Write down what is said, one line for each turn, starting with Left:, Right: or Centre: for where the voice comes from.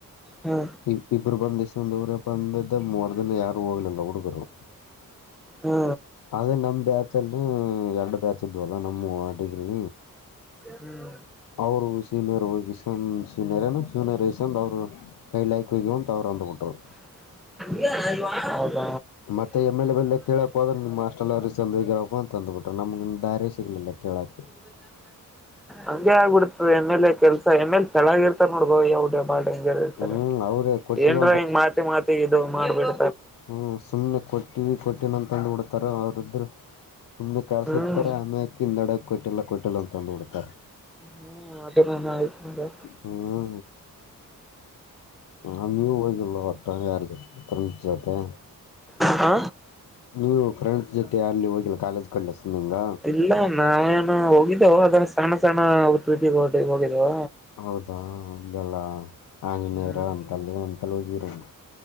Centre: ಹಾ
Left: ಇ ಇಬ್ರು ಬಂದಿಸ್ಂದ್ರ ಬಂದಿದ್ದ ಮೂರ್ ದಿನ ಯಾರು ಹೋಗ್ಲಿಲ್ಲ ಹುಡುಗರು
Centre: ಹಾ
Left: ಅದೇ ನಮ ಬ್ಯಾಚ್ ಅಲ್ಲಿ ಎರಡು ಬ್ಯಾಚ್ ಇದ್ವಲ್ಲ ನಮ್ಮ ಆಟಗ್ರಿ
Centre: ಹ್ಮ್
Left: ಅವರು ಸೀನಿಯರ್ ವಕಿಸನ್ ಜೀನಿಯರ್ ಏ ಜೂನಿಯರ್ಸ್ ಅಂದ ಅವ್ ಕೈ ಲಾಕ್ ಹೋಗಿ ಅಂತ ಅವರು ಅಂದ್ಬಿಟ್ಟರು
Centre: ವ ಹದ
Left: ಮತ್ತೆ ಎಮ ಎಲೆ ಬೆಲೆ ಕೇಳಕ್ೋದ್ರೆ ನಿಮ್ಮ ಅಷ್ಟ ಎಲ್ಲ ರಿ ಚಂದ್ರಗ ಇರಕ್ ಅಂತ ತಂದು್ಬಿಟರು ನಮಗೆ ದಾರಿ ಸಿಗಲಿಲ್ಲ ಕೇಳೋಕ್ಕೆ
Centre: ಹಗೆ ಆಗ್ಬಿಡ್ತದೆ ಎಮೇಲೆ ಕೆಲ್ಸ ಎಮ್ಮೇಲೆ ತೆಳಗ ಇರ್ತಾರ ನೋಡ್ಬೋ ಯಾವ ಬಾಳ ಡಂಜರ್ ಇರ್ತಾರೆ
Left: ಹ್ಮ್ ಅವ್ರೇ ಕೊಟ್ಟಿವ
Centre: ಏನ್ರಾ ಹಿಂಗ್ ಮಾತೆ ಮಾತಿ ಇ ಮಾಡ್ಬೇಡ
Left: ಹ್ಮ ಸುಮ್ನೆ ಕೊಟ್ಟಿವ ಕೊಟ್ಟಿನ ಅಂತಂದ್ ಬಿಡ್ತಾರ ಅವ್ರ ಇದರು ಸುಮ್ನೆ ಕಾರ್ಸುತ್ತಾರೆ
Centre: ಹ್ಮ್
Left: ಆಮೇಕ ಹಿಂದಡ ಕೊಯಟ್ಟಿಲ್ಲ ಕೊಟ್ಟಿಲ್ಲ ಅಂತಂದು್ ಬಿಿಡ್ತಾರೆ
Centre: ಹ್ಮ ಅದ ನ ಆಯ್ತು ನೋ
Left: ಹಾ ಹ ನೀವ್ ಹೋಗಿಲ್ ಹೊಟ್ಟ ಯಾರಿಗಮತೆ
Centre: ಹ
Left: ನೀವು ಫ್ರೆಂಡ್ಸ್ ಜೊತೆ ಯಾರಲ್ಲಿ ಹೋಗಿಿಲ್ಲ ಕಾಲೇಜ್ ಕಡ್ಿಸ ನಿಿಂಗ
Centre: ಇಲ್ಲ ನಾವೇನು ಹೋಗಿದ್ದೇವು ಅದನ್ನ ಸಣ್ಣ ಸಣ ೀಟ ಹೊ ಹೋಗಿದ್ದೇವ
Left: ಹೌದಾ ಇದೆಲ್ಲ ಆಂಜನೇಯರು
Centre: ಹ್ಮ್
Left: ಅಂತಲ್ಲ ಅಂತಲ್ಲ ಹೋಗಿರೋದು